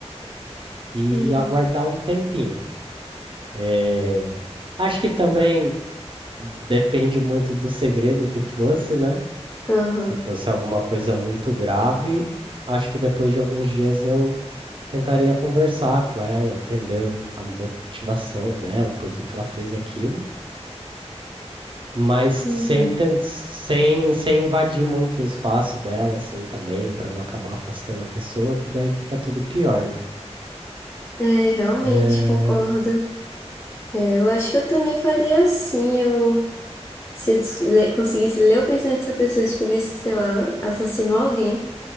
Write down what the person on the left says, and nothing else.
Uhum.
Aham.
Uhum.
É, realmente
concordo. É, eu acho que eu também faria assim. Eu, se eu des- le- conseguisse ler o pensamento dessa pessoa e descobrisse que, sei lá, ela assassinou alguém,